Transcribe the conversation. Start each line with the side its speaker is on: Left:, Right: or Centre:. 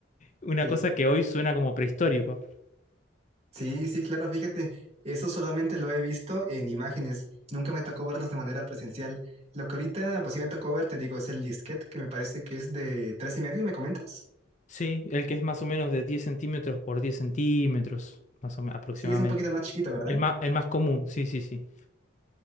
Left: una
Right: Sí,
Left: cosa que hoy suena como prehistórico.
Right: sí, sí, claro, fíjate. Eso solamente lo he visto en imágenes. Nunca me tocó verlos de manera presencial. Lo que ahorita, pues sí me tocó ver, te digo, es el disquete, que me parece que es de tres y medio, ¿me comentas?
Left: Sí, el que es más o menos de 10 centímetros por 10 centímetros, más o menos aproximadamente.
Right: Sí, es un poquito más chiquito, ¿verdad?
Left: El más, el más común, sí, sí, sí.